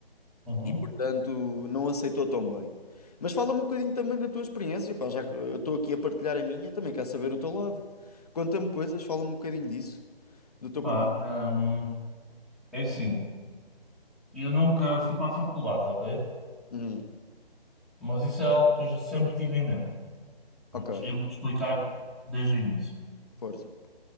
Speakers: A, in the centre; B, on the left (about 40°).
A: Uhum.
B: E, portanto, não aceitou tão bem. Mas fala-me um bocadinho também da tua experiência, pá, já que eu estou aqui a partilhar a minha, também quero saber o teu lado. Conta-me coisas, fala-me um bocadinho disso, do teu
A: Pá,
B: percurso.
A: hum, é assim, eu nunca fui para a faculdade, ok?
B: Hum,
A: Mas isso era algo que eu já sempre tive em mente.
B: ok,
A: Pronto, eu vou-te explicar desde o início.
B: força.